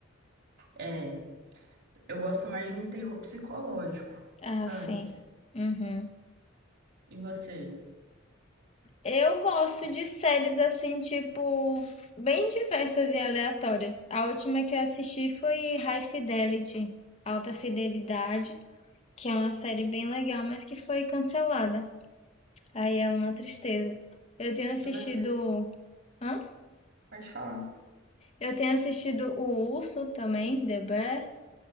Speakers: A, on the right; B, on the left.
A: É, eu gosto mais de um terror psicológico,
B: Ah,
A: sabe?
B: sim. Uhum.
A: E você?
B: Eu gosto de séries assim, tipo, bem diversas e aleatórias. A última que eu assisti foi High Fidelity, Alta Fidelidade, que é uma série bem legal, mas que foi cancelada. Aí é uma tristeza. Eu tenho assistido.
A: E você
B: Hã?
A: pode falar.
B: Eu tenho assistido O Urso também, The Bear,